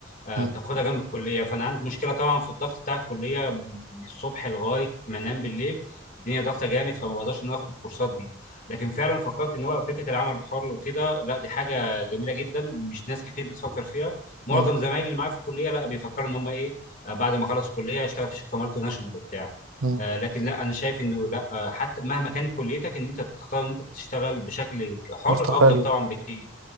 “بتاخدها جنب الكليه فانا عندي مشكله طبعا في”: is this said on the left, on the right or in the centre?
Left